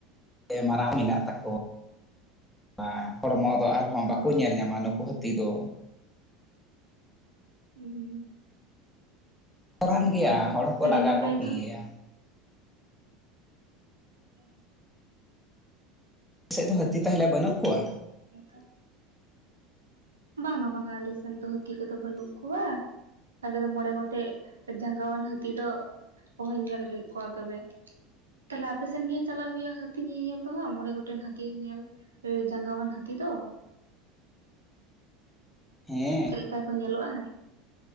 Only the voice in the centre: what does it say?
ᱢᱟᱨᱟᱝ ᱢᱮᱱᱟᱜ ᱛᱟᱠᱚ ᱵᱟ ᱦᱚᱲᱢᱚ ᱫᱚ ᱟᱨᱦᱚᱸ
ᱵᱟᱠᱚ ᱧᱮᱞ ᱧᱟᱢᱟ ᱱᱩᱠᱩ ᱦᱟᱹᱛᱤ ᱫᱚ᱾
ᱠᱚᱨᱟᱱ
ᱜᱮᱭᱟ
ᱦᱚᱲ ᱦᱚᱸᱠᱚ
ᱞᱟᱜᱟᱣ
ᱠᱚ ᱜᱮᱭᱟ᱾
ᱥᱮᱜ ᱫᱚ ᱦᱟᱹᱛᱤ ᱛᱟᱦᱞᱮ ᱵᱟᱹᱱᱩᱜ ᱠᱚᱣᱟ?
ᱦᱮᱸ